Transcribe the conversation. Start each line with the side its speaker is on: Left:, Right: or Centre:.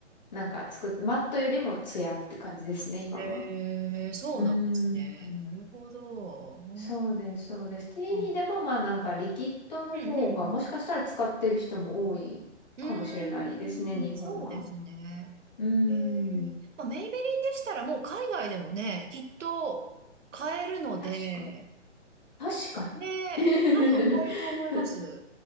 Left: なんか作っ、マットよりもツヤって感じですね、今は。
Right: い。えー、そうなんですね。
Left: うーん。
Right: なるほど。うん
Left: そうです、そうです。っていう意味でも、
Right: うん
Left: まあなんかリキッドの方が、
Right: うん
Left: もしかしたら使ってる人も多いかもしれないですね、
Right: うん。うーん、
Left: 日本は。
Right: そうですね。
Left: うーん。
Right: えー、まあ、メイベリンでしたらもう海外でもね、きっと買えるので、
Left: 確かに。確かに。
Right: ね、
Left: <laughs>
Right: 多分買えると思います。